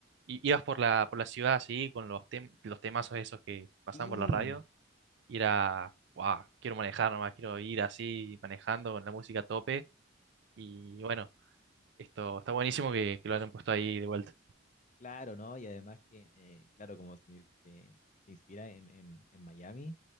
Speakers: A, on the right; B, on the left.
A: i- ibas por la, por la ciudad así, con los, tem- los temazos esos que pasaban
B: sí,
A: por la radio, y era, wow, quiero manejar nomás, quiero ir así manejando con la música a tope, y bueno, esto está buenísimo que, que lo hayan puesto ahí de vuelta.
B: claro, ¿no? Y además que, eh, claro, como se, se, se inspira en, en, en Miami,